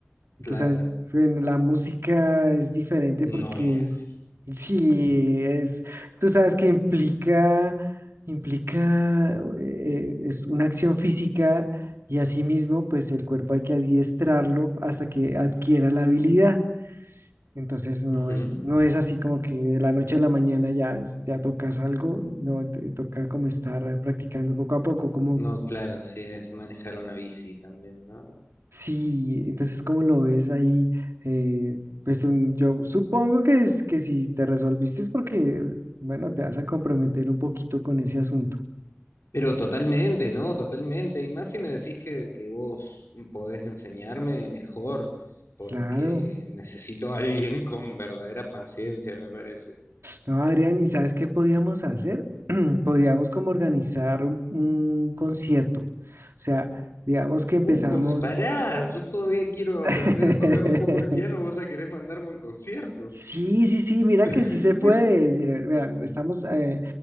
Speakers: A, on the left; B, on the right.
A: Claro,
B: Tú sabes, en la música es diferente
A: no
B: porque
A: es así.
B: Sí, es, tú sabes que implica, implica, eh, es una acción física y asimismo, pues el cuerpo hay que adiestrarlo hasta que adquiera la habilidad. Entonces no
A: Ujú.
B: es, no es así como que de la noche a la mañana ya, es- ya tocas algo, no, te toca como estar eh, practicando poco a poco, como
A: No, claro, sí es manejar una bici también, ¿no?
B: Sí, entonces, ¿cómo lo ves ahí? Eh, pues un- yo supongo que, es, que si te resolviste es porque, bueno, te vas a comprometer un poquito con ese asunto.
A: Pero totalmente, ¿no? Totalmente. Y más si me decís que, que vos podés enseñarme mejor, porque
B: Claro.
A: necesito a alguien <laughs> con verdadera paciencia, me parece.
B: No, Adrián, ¿y sabes qué podíamos hacer? <clears throat> Podíamos como organizar un, un concierto. O sea, digamos que empezamos...
A: Un cons pará, yo todavía quiero aprender
B: <laughs>
A: a tocar un poco el piano, vos ya querés mandarme un concierto.
B: Sí, sí, sí, mira
A: <laughs>
B: que sí se puede. Sí, eh, Mira, estamos, eh,